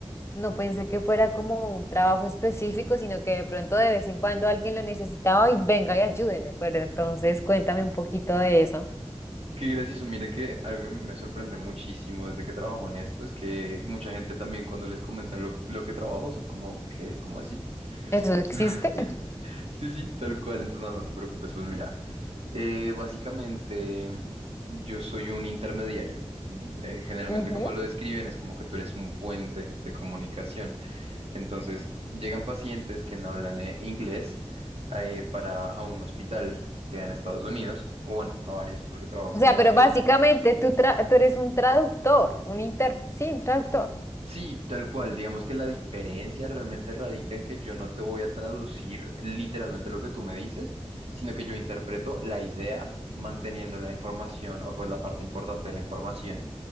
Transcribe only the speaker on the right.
Qué gracioso. Mire que algo que me sorprende muchísimo desde que trabajo en esto es que mucha gente también cuando les comentan lo, lo que trabajo son como, ¿qué? ¿Cómo así?
<laughs> Sí, sí, tal cual. Entonces, no, no te preocupes. Pues mira. Eh, básicamente, yo soy un intermediario. Mm, eh, generalmente,
como lo describen, es como que tú eres un puente de comunicación. Entonces, llegan pacientes que no hablan eh, inglés eh, para a un hospital que queda en Estados Unidos, o bueno, a varios, porque trabajo
como
en
varios.
Sí, tal cual. Digamos que la diferencia realmente radica en que yo no te voy a traducir literalmente lo que tú me dices, sino que yo interpreto la idea manteniendo la información o pues la parte importante de la información.